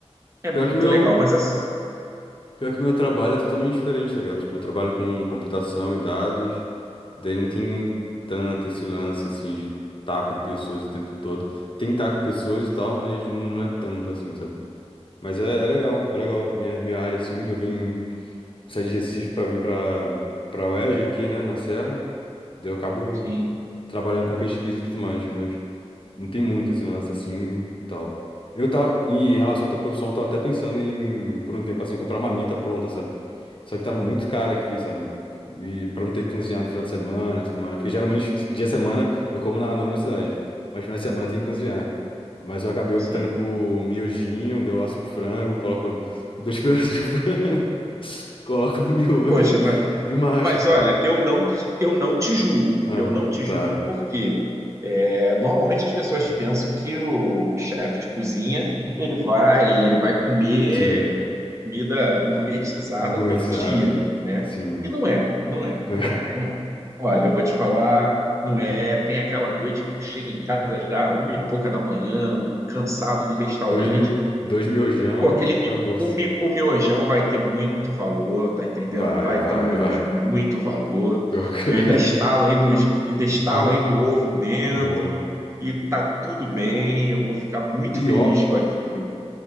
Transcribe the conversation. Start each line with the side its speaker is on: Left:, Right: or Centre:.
Right: é
Left: Pior
Right: muito
Left: que meu.
Right: legal. Mas assim,
Left: Pior que meu trabalho é totalmente diferente, tá ligado? Tipo, eu trabalho com computação e dados, daí não tem tanto esse lance, assim, de estar com pessoas o tempo todo. Tem estar com pessoas e tal, mas não é tanto, assim, sabe? Mas é, é legal, é legal. Minha, minha área, assim, eu vim sair de Recife pra vir pra, pra UERJ aqui, né, na Serra. Daí eu acabo
Right: sim,
Left: trabalhando com pesquisa e tudo mais, mas não tem muito esse lance assim e tal. Eu tava, em relação à tua profissão, eu tava até pensando em, por um tempo assim, comprar marmita pronta, sabe? Só que tava muito caro aqui, sabe? E pra não ter que cozinhar no final de semana e tudo mais. Porque geralmente, dia de semana, eu como na, na universidade. Mas final de semana tem que cozinhar. Mas eu acabei optando
Right: sim.
Left: por um miojinho, daí eu asso um frango, coloco dois <laughs> pedaços de frango, <laughs> coloco no miojo
Right: Poxa, mas,
Left: e marcha,
Right: mas
Left: cara.
Right: olha, eu não, te- eu não te julgo.
Left: Ah,
Right: Eu não te
Left: tá.
Right: julgo porque é, normalmente as pessoas pensam que o chefe de cozinha ele vai ele vai comer
Left: Sim.
Right: comida gourmetizada
Left: Gourmetizada.
Right: todo dia, né?
Left: Sim.
Right: E não é, não é,
Left: <laughs>
Right: não é, não é. Olha, eu vou te falar, não é. Tem aquela noite que tu chega em casa já uma e pouca da manhã, cansado do restaurante.
Left: Dois, mi... Dois miojão,
Right: Pô, aquele mi-
Left: acabou.
Right: o, mi- o miojão vai ter muito valor, tá entendendo?
Left: Vai,
Right: Vai
Left: vai,
Right: ter um miojo
Left: vai.
Right: com muito valor.
Left: Pior que...
Right: Eu
Left: <laughs> verdade.
Right: ainda estalo ainda, os- ainda estalo
Left: Muito
Right: ainda um ovo dentro
Left: bom.
Right: e tá tudo bem. Eu vou ficar muito
Left: Pior,
Right: feliz com aquilo, hein?